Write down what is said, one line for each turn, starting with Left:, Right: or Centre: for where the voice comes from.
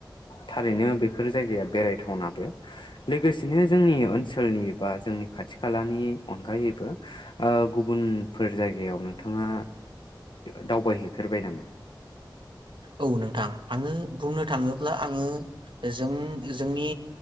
Left: थारैनो बेफोर जायगाया बेरायथावनाबो लोगोसेनो जोंनि ओनसोलनि बा जोंनि खाथि खालानि अनगायैबो गुबुनफोर जायगायाव नोंथाङा दावबायहैफेरबाय नामा?
Right: औ नोंथां आङो बुंनो थाङोब्ला आङो जों जोंनि